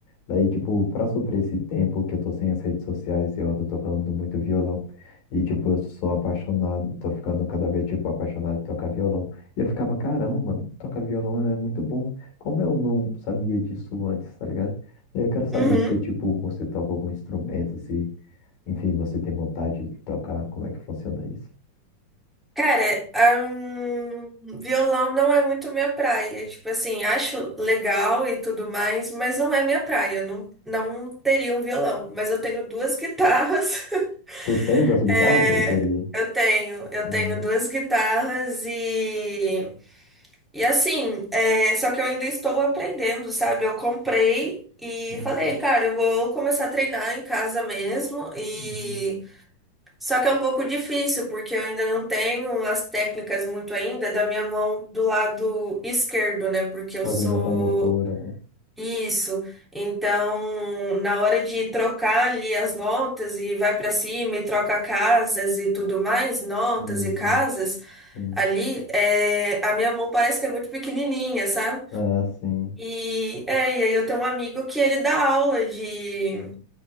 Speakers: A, on the left (about 85°); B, in the centre.
A: Daí, tipo, pra suprir esse tempo que eu tô sem as redes sociais, eu ando tocando muito violão. E, tipo, eu sou apaixonado, tô ficando cada vez, tipo, apaixonado de tocar violão. E eu ficava, caramba, mano, tocar violão é muito bom. Como eu não sabia disso antes, tá ligado? Daí eu quero saber
B: Uhum.
A: se, tipo, você toca algum instrumento, se, enfim, você tem vontade de tocar, como é que funciona isso?
B: Cara, ahn, violão não é muito minha praia. Tipo assim, acho legal e tudo mais, mas não é minha praia. Eu Não, não teria um violão, mas eu tenho duas guitarras. <laughs>
A: Tu tem duas guitarras
B: É,
A: ou teria?
B: eu tenho, eu
A: Não.
B: tenho duas guitarras e, e assim, é, só que eu ainda estou aprendendo, sabe? Eu comprei e
A: Uhum,
B: falei, cara, eu vou começar a treinar em casa mesmo e
A: uhum.
B: Só que é um pouco difícil, porque eu ainda não tenho as técnicas muito ainda da minha mão do lado esquerdo, né? Porque
A: Coordenação
B: eu sou
A: motora, né?
B: isso. Então, na hora de trocar ali as notas e vai para cima e troca casas e tudo mais, notas
A: Uhum,
B: e casas,
A: sim.
B: ali, é... a minha mão parece que é muito pequenininha, sabe?
A: Ah, sim.
B: E, é, e aí eu tenho um amigo que ele dá aula de